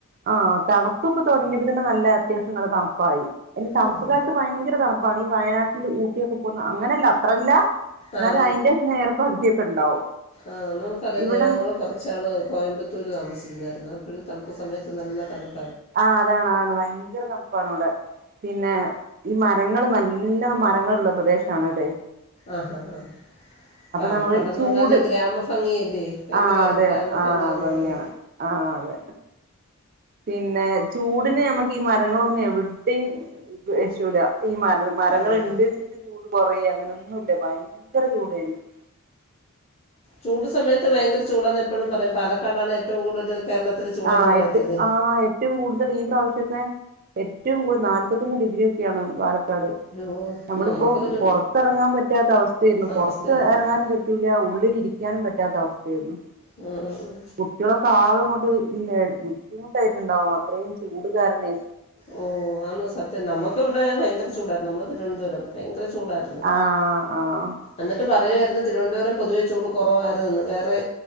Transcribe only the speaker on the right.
ആ തണുപ്പൊക്കെ തുടങ്ങിയപ്പോ തന്നെ നല്ല അത്യാ നല്ല തണുപ്പായി തണുപ്പുകാലട്ടത്ത്
ഭയങ്കര തണുപ്പാണ് ഈ വയനാട്ടിൽ ഊട്ടിയൊക്കെ പോകുന്ന അങ്ങനെയല്ല അത്രല്ല എന്നാലും
അയിന്റെ നേരെ പകുതിയൊക്കെ ഉണ്ടാവും
ഇവിടെ
ആ അതാണ് അതാണ് ഭയങ്കര തണുപ്പാണ് ഇവിടെ പിന്നെ ഈ മരങ്ങ നല് എല്ലാം മരങ്ങളുള്ള പ്രദേശണഇടെ
നമ്മള് ചൂട്
ആഹ് അതെ
ആഹ്
ഭംഗിയാണ്
ആഹ് അതെ പിന്നെ ചൂടിന് നമുക്ക് ഈ മരങ്ങളൊന്നും എവിടെയും <unintelligible> ഈ മര മരങ്ങൾ
ഉണ്ട് വച്ചിട്ട് ചൂട് കുറ അങ്ങനൊന്നും ന്നുല്ല ഭയങ്കര ചൂടായിരിക്കും
ഉം
ആ
ഏ ആ ഏറ്റവും കൂടുതൽ ഈ പ്രാവശ്യത്തെ ഏറ്റവും കൂടുതൽ നാല്പത്തിന്ന് ഡിഗ്രിയ ഒക്കെയാണ് വ <unintelligible>
നമ്മളിപ്പോ
പുറത്തിറങ്ങാൻ പറ്റാത്ത അവസ്ഥായിരുന്നു പുറത്ത്
ഇറങ്ങാനും പറ്റൂല ഉള്ളിൽരി ക്കാണ് പറ്റാത്ത അവസ്ഥയായിരുന്നു
കുട്ടികുടെ ആകെ ഇങ്ങോട്ട് ബുദ്ധിമുട്ടായിട്ടുണ്ടാവും അത്രയും ചൂടുകാരണേ
ആഹ് ആഹ്